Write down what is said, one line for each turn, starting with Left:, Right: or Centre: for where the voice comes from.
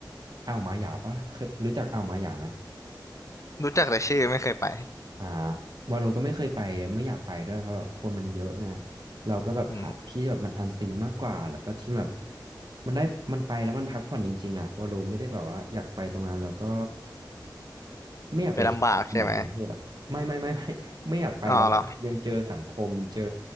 Right: อ่าวมาหยาปะเคยรู้จักอ่าวมาหยาไหม
Left: รู้จักแต่ชื่อไม่เคยไป
Right: อ่าวาโลก็ไม่เคยไปไม่อยากไปด้วยเพราะแบบคนมันเยอะไงเราก็แบบหาที่แบบมันอันซีนมากกว่าแล้วก็ที่แบบ
Left: อืม
Right: มันได้มันไปแล้วมันพักผ่อนจริงๆอ่ะวาโลไม่ได้แบบว่าอยากไปตรงนั้นแล้วก็ ไม่อยากไปที่แบบกรุงเทพอ่ะไม่ไม่ไม่ไม่
Left: ไปลำบากใช่ไหม
Right: <laughs> ไม่อยากไปแล้วยังเจอสังคมเจอ
Left: อ๋อเหรอ